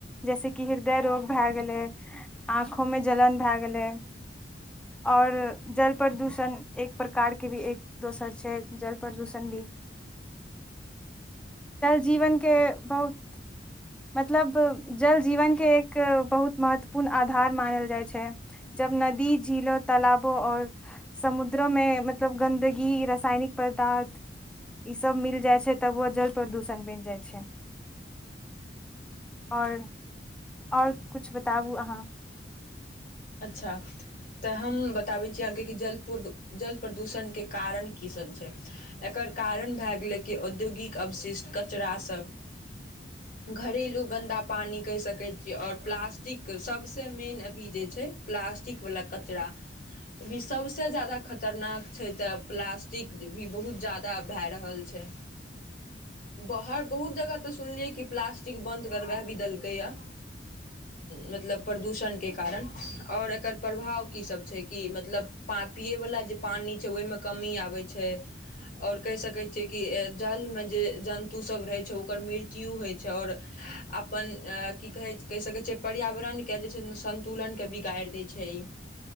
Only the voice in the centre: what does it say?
जैसेकि हृदय रोग भए गेलै आँखों में जलन भए गेलै आओर जल प्रदूषण एक प्रकारके भी एक दोसर छै जल प्रदूषण भी जीवनके बहुत मतलब जल जीवनके एक बहुत महत्वपूर्ण आधार मानल जाइ छै जब नदी झीलों तालबो आऔ समुद द्रो में मतलब गन्दगी रसायनिक पदार्थ ई सब मिल जाइ छै तब बहुत जल प्रदूषण बनि जाइ छै और और कुछ बताबू अहाँ